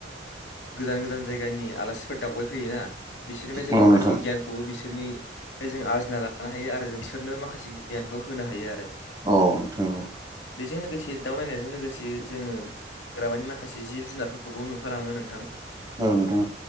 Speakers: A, on the left; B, on the right.
A: गोजान गोजान जायगानि आलासिफोर दावबायफैयोना बिसोरनिफ्राय
B: औ
A: जों माखासे
B: नोंथां
A: गियानखौबो बिसोरनि जों आरजिना लानो हायो आरो जों बिसोरनो माखासे गियानखौ होनो हायो आरो
B: औ नोंथां
A: बेजों लोगोसे दाउ नायनायजों लोगोसे जोङो हाग्रामानि माखासे जिब जुनारफोरखौबो नुफालाङो नोंथां
B: औ दङो